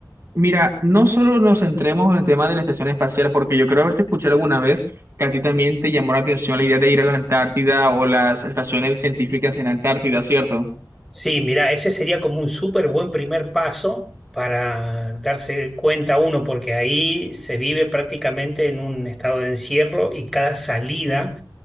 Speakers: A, on the right (about 35°); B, in the centre.
A: Mira, no solo nos centremos en el tema de la estación espacial, porque yo creo haberte escuchado alguna vez que a ti también te llamó la atención la idea de ir a la Antártida o las estaciones científicas en Antártida, ¿cierto?
B: Sí, mira, ese sería como un súper buen primer paso para darse cuenta uno, porque ahí se vive prácticamente en un estado de encierro y cada salida